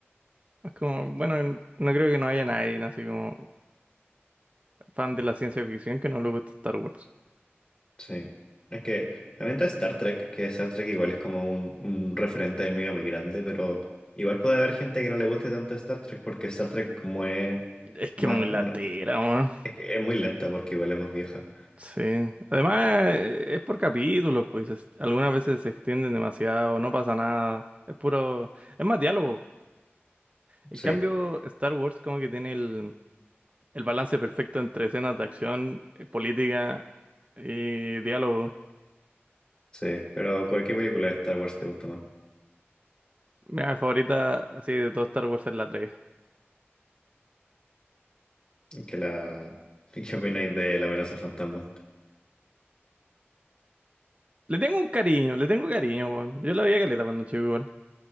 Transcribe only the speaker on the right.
Es como, bueno, n- no creo que no haya nadie, ¿no? así como fan de la ciencia ficción que no le guste Star Wars.
Es que
muy
latera, weón.
Sí. Además, eh, es por capítulos, pues. es- Algunas veces se extienden demasiado, no pasa nada. Es puro. Es más diálogo. En
cambio, Star Wars como que tiene el, el balance perfecto entre escenas de acción, eh, política y diálogo.
Mi favorita así de todo Star Wars es la tres
Le tengo un cariño, le tengo cariño, weón. Yo la veía caleta cuando chico igual.